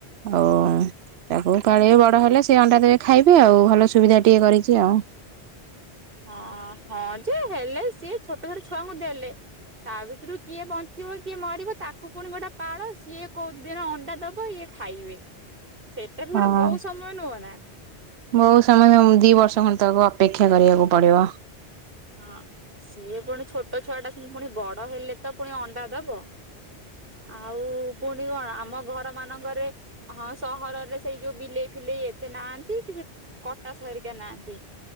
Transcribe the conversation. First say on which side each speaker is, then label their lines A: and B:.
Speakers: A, on the right; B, on the right.
A: ଆଉ
B: ହୁଁ
A: ତାକୁ କାଳେ ବଡ ହେଲେ ସେ ଅଣ୍ଡା ଦେବେ ଖାଇବେ ଆଉ ଭଲ ସୁବିଧା ଟିକେ କରିଛି ଆଉ।
B: ହଁ, ହଁ ଯେ ହେଲେ ସିଏ ଛୋଟ ଛୋଟ ଛୁଆଙ୍କୁ ଦେଲେ। ତା ଭିତରୁ କିଏ ବଞ୍ଚିବ କିଏ ମରିବ ତାକୁ ପୁଣି ଗୋଟେ ପାଳ ସିଏ କୋଉ ଦିନ ଅଣ୍ଡା ଦବ ଇଏ ଖାଇବେ ସେଇଟା ବି
A: ହଁ
B: ଗୋଟେ ବହୁତ ସମୟ ନୁହଁ ନା।
A: ବହୁତ ସମୟ ଦି ବର୍ଷ ଖଣ୍ଡେ ତାକୁ ଅପେକ୍ଷା କରିବାକୁ ପଡିବ।
B: ହଁ, ସିଏ ପୁଣି ଛୋଟ ଛୁଆ ଟା ସେତି ପୁଣି ବଡ ହେଲେ ତ ପୁଣି ଅଣ୍ଡା ଦବ। ଆଉ ପୁଣି କଣ ଆମ ଘର ମାନଙ୍କରେ ହଁ ସହରରେ ସେଇ ଯୋଉ ବିଲେଇ ଫିଲେଇ ଏତେ ନାହାନ୍ତି କି କଟାସ ହେରିକା ନାହାନ୍ତି